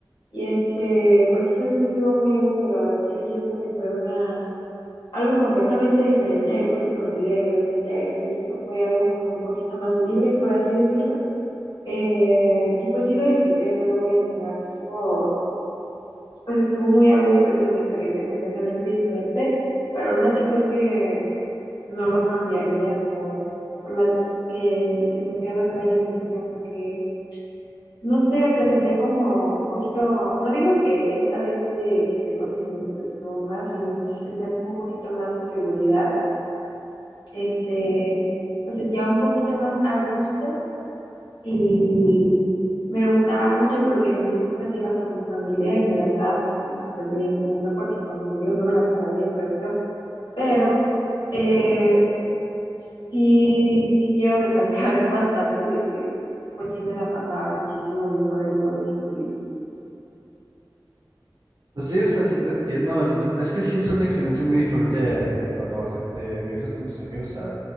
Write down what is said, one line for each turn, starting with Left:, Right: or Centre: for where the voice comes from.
Left: Y este, pues esa vez estuvo muy a gusto, la verdad. Sí, siento que fue una, algo completamente diferente a ir con tu familia y obviamente a ir de niño. Fue algo como un poquito más libre, por así decirlo. Eh, y pues sí lo disfruté, no lo voy a negar. Estuvo, pues estuvo muy a gusto y fue una experiencia completamente diferente. Pero aún así creo que no lo cambiaría por, por las veces que, que me fui a la playa de niña, porque no sé, o sea, sentía como un poquito, no digo que esta vez de que fui con mis amigos estuvo mal, sino que sí sentía como un poquito más de seguridad, este, me sentía un poquito más a gusto y me gustaba mucho porque a fin de cuentas iba con mi familia y me la estaba pasando súper bien, o sea, no porque con mis amigos no me la pasara bien, repito, pero... eh, sí, sí quiero recalcar <laughs> bastante de que pues sí me la pasaba muchísimo mejor ahí con mi familia.
Right: Pues sí, o sea, sí te entiendo. el- Es que sí es una experiencia muy diferente de, de cuando baja- de viajas con tus amigos a,